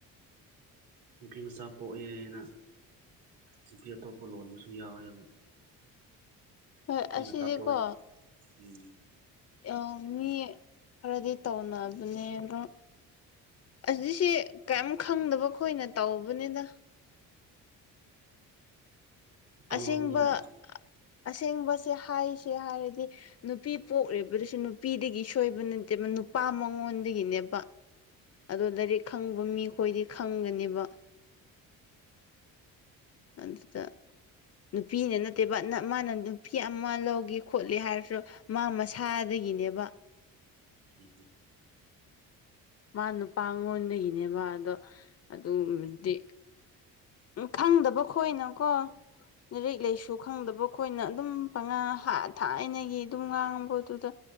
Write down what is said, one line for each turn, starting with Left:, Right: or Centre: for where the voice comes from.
Right: ꯅꯨꯄꯤ ꯃꯆꯥ ꯄꯣꯛꯑꯦꯅ ꯅꯨꯄꯤ ꯑꯇꯣꯞꯄ ꯂꯣꯟꯕꯁꯨ ꯌꯥꯎꯋꯦꯕ
Left: ꯍꯣꯏ
Right: ꯅꯨꯄꯤ
Left: ꯑꯁꯤꯁꯦꯀꯣ
Right: ꯉꯥꯛꯇ ꯄꯣꯛꯑꯦ ꯎꯝ
Left: ꯑ ꯃꯤ ꯈꯔꯗꯤ ꯇꯧꯅꯕꯅꯦ ꯑꯗꯣ ꯑꯖꯤꯁꯤ ꯀꯔꯤꯝ ꯈꯪꯗꯕ ꯈꯣꯏꯅ ꯇꯧꯕꯅꯦꯗ
Right: ꯎꯝ ꯑꯄꯪꯕ
Left: ꯑꯁꯦꯡꯕ
Right: ꯃꯤꯅ
Left: ꯑꯁꯦꯡꯕꯁꯦ ꯍꯥꯏꯁꯦ ꯍꯥꯏꯔꯗꯤ ꯅꯨꯄꯤ ꯄꯣꯛꯢꯗꯨꯁꯨ ꯅꯨꯄꯤꯗꯒꯤ ꯁꯣꯏꯕ ꯅꯠꯇꯦꯕ ꯅꯨꯄꯥ ꯃꯉꯣꯟꯗꯒꯤꯅꯦꯕ ꯑꯗꯣ ꯂꯥꯏꯔꯤꯛ ꯈꯪꯕ ꯃꯤꯈꯣꯏꯗꯤ ꯈꯪꯒꯅꯦꯕ ꯑꯗꯨꯗ ꯅꯨꯄꯤꯅ ꯅꯠꯇꯦꯕꯅ ꯃꯥꯅ ꯅꯨꯄꯤ ꯑꯃ ꯂꯧꯒꯦ ꯈꯣꯠꯂꯦ ꯍꯥꯏꯔꯁꯨ ꯃꯥ ꯃꯁꯥꯗꯒꯤꯅꯦꯕ
Right: ꯎꯝ
Left: ꯃꯥ ꯅꯨꯄꯥꯉꯣꯟꯗꯒꯤꯅꯦꯕ ꯑꯗꯣ ꯑꯗꯨꯉꯨꯝꯕꯗꯤ ꯎꯝ ꯈꯪꯗꯕꯈꯣꯏꯅꯀꯣ ꯂꯥꯏꯔꯤꯛ ꯂꯥꯏꯁꯨ ꯈꯪꯗꯕ ꯈꯣꯏꯅ ꯑꯗꯨꯝ ꯄꯉꯥ ꯊꯥꯏꯅꯒꯤ ꯑꯗꯨꯝ ꯉꯥꯡꯕꯗꯨꯗ